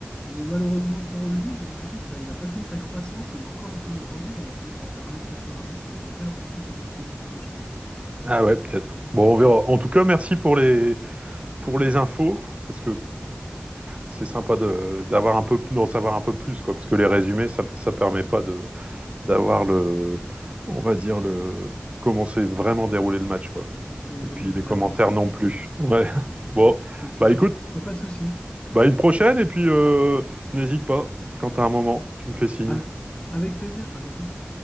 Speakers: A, on the left; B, on the right.
A: Mais malheureusement pour lui, j'ai l'impression que ça, il n'a pas fini sa croissance et est encore en train de grandir et il va finir par faire 1m90 et perdre un peu cette explosivité, je pense.
B: Ah ouais, peut-être. Bon, on verra. En tout cas, merci pour les, pour les infos, parce que c'est sympa de- d'avoir un peu d'en savoir un peu plus quoi parce que les résumés ça ça permet pas de d'avoir le on va dire le comment s'est vraiment déroulé le match quoi
A: Oui, il
B: et puis
A: vaut mieux une
B: les
A: vraie
B: commentaires
A: analyse tactique,
B: non plus ouais <laughs> bon
A: <laughs> c'est clair.
B: bah écoute
A: Bah, pas de souci.
B: bah une prochaine et puis euh, n'hésite pas quand t'as un moment tu me fais signe
A: Av- Avec plaisir, à bientôt.